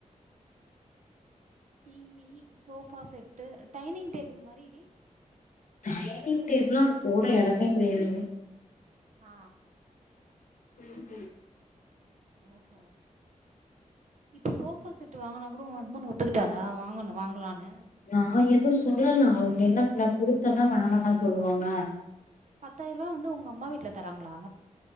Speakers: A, on the right; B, on the left.
A: TV sofa set dining table மாரிடி
B: டைனிங் டேபுள்ளா அங் போட எடமே கடையாது
A: ஆ
B: ம் ஹூம்
A: ஹ் ஹூங் இப்போ சோஃபா செட் வாங்குனா கூட உங் ஹஸ்பண்ட் ஒத்துக்கிட்டாரா வாங்குன வாங்கலான்னு
B: நா எதுவூ சொல்லல அவங்க என்ன ன்ன குடுத்தேன்னா வேணானா சொல்லுவாங்க
A: பத்தாயிரூபா வந்து உங்க அம்மா வீட்ல தராங்களா